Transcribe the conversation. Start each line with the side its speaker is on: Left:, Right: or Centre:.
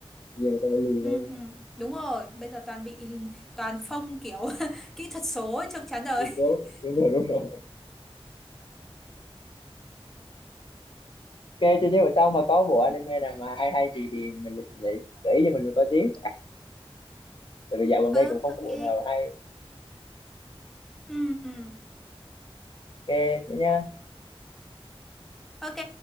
Left: bây giờ người ta phải lười
Centre: ừ,
Left: hơn
Centre: ừ, đúng rồi, bây giờ toàn bị toàn phông kiểu <laughs> kỹ thuật số ấy, trông chán đời.
Left: lười cố
Centre: <laughs>
Left: đúng rồi đúng rồi ok thì nếu mà sau mà có bộ anime nào mà hay hay thì thì mình lại lại gợi ý cho mình mình coi tiếp tại vì dạo gần
Centre: Ừ,
Left: đây cũng không
Centre: ok.
Left: có bộ nào hay
Centre: Ừ, ừ,
Left: ok thế nhá
Centre: ok.